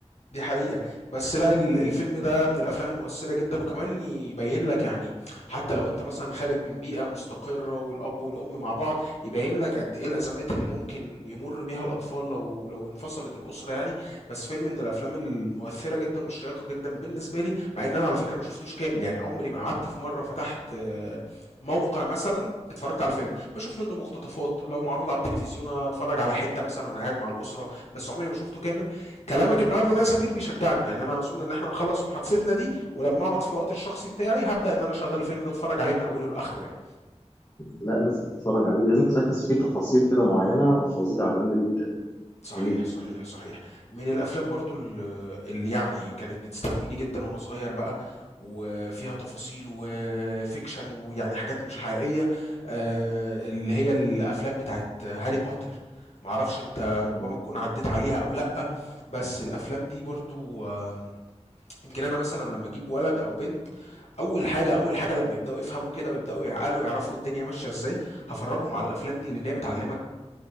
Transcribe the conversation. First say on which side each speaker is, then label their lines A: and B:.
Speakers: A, on the left; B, on the left.
A: دي حقيقة، بس لأ ال الفيلم ده من الأفلام المؤثّرة جدًا، وكمان يبيّن لك يعني حتى لو أنت مثلًا خارج من بيئة مستقرة والأب والأم مع بعض، يبيّن لك قد إيه الأزمات اللي ممكن يمُر بيها الأطفال لو لو انفصلت الأسرة يعني، بس فيلم من الأفلام المؤثّرة جدًا والشيّقة جدًا بالنسبة لي، مع إن أنا على فكرة ما شُفتوش كامل، يعني عمري ما قعدت في مرّة فتحت آه، موقع مثلًا اتفرّجت على الفيلم، باشوف منّه مقتطفات، لو معروض على التلفزيون أتفرّج على حتّة مثلًا وأنا قاعد مع الأسرة، بس عمري ما شُفته كامل، كلامك النهارده ده يا سمير بيشجعني يعني انا اظن ان احنا هنخلص محادثتنا دي ولما اقعد في الوقت الشخصي بتاعي هبدا ان انا اشغل الفيلم ده اتفرج عليه من اوله لاخره يعني
B: لا لازم تتفرج عليه لازم تركز فيه تفاصيل كده معينه فظيعه جميله جدا
A: صحيح
B: جميله
A: صحيح صحيح من الافلام برضو ال- اللي يعني كانت بتستهويني جدا وانا صغير بقى وفيها تفاصيل وفيكشن ويعني حاجات مش حقيقيه آه، اللي هي الافلام بتاعت هاري بوتر معرفش انت ربما
B: مم.
A: تكون عديت عليها او لا بس الافلام دي برضو آم، يمكن انا مثلا لما اجيب ولد او بنت اول حاجه اول حاجه لما يبداوا يفهموا كده ويبداوا يعقلوا يعرفوا الدنيا ماشيه ازاي هفرجهم على الافلام دي لان هي بتعلمك